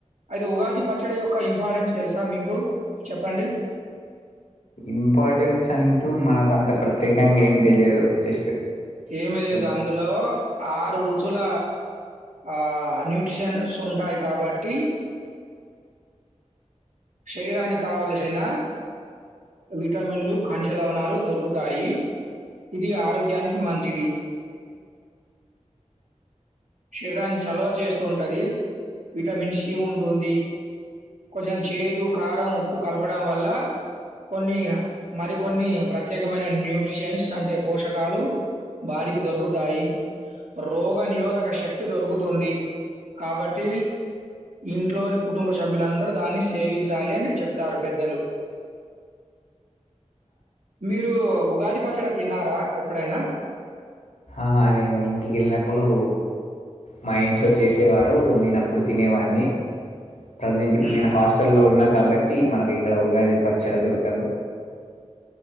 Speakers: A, on the right; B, on the left.
A: అయితే ఉగాది పచ్చడి యొక్క ఇంపార్టెన్స్ తెలుసా మీకు చెప్పండి
B: ఇంపార్టెన్స్ అంటూ మనకు అంత ప్రత్యేకంగా ఏం తెలియదు జస్ట్
A: ఏమీ లేదు
B: కొన్ని
A: అందులో ఆరు రుచుల ఆ న్యూట్రిషన్స్ ఉంటాయి కాబట్టి శరీరానికి కావలసిన విటమిన్లు ఖనిజ లవణాలు దొరుకుతాయి. ఇది ఆరోగ్యానికి మంచిది. శరీరాన్ని చలవ చేస్తూ ఉంటది. విటమిన్ సి ఉంటుంది కొంచెం చేదు, కారం, ఉప్పు కలపడం వల్ల కొన్ని మరికొన్ని ప్రత్యేకమైన న్యూట్రిషన్స్ అంటే పోషకాలు బాడీకి దొరుకుతాయి. రోగ నిరోధక శక్తి దొరుకుతుంది. కాబట్టి ఇంట్లోని కుటుంబ సభ్యులందరూ దాన్ని సేవించాలి అని చెప్తారు పెద్దలు మీరు ఉగాది పచ్చడి తిన్నారా ఎప్పుడైనా
B: ఆ నేను ఇంటికి వెళ్ళినప్పుడు మా ఇంట్లో చేసేవారు నేన అప్పుడు తినేవాన్ని. ప్రజెంట్ ఇప్పుడు
A: హ్మ్.
B: నేను హాస్టల్లో ఉన్న కాబట్టి మనకి ఇక్కడ ఉగాది పచ్చడి దొరకదు